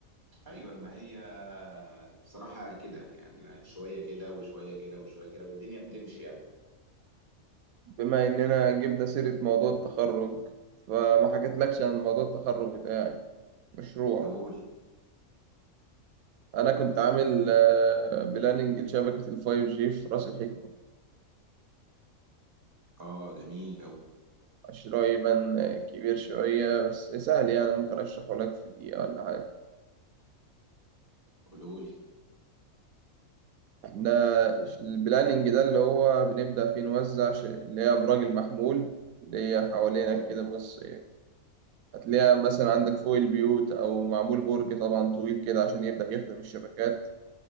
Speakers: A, on the right; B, on the right.
A: ايوه ما هي بصراحة كده يعني أنا شوية كده وشوية كده وشوية كده والدنيا بتمشي يعني
B: بما اننا جبنا سيرة موضوع التخرج فما حكيتلكش عن موضوع التخرج بتاعي مشروع
A: قول
B: انا كنت عامل بلاننج لشبكة الفايف جي في رأس الحكمة
A: اه جميل اوي
B: شرايي بان كبير شوية بس سهل يعني ممكن أشرحه لك في دقيقة ولا حاجة
A: قولولي
B: إحنا البلاننج ده اللي هو بنبدأ فيه نوزع ش- اللي هي أبراج المحمول اللي هي حوالينك
A: اه
B: كده بص هتلاقيها مثلا عندك فوق البيوت أو معمول برج طبعا طويل كده عشان يبدأ يخدم الشبكات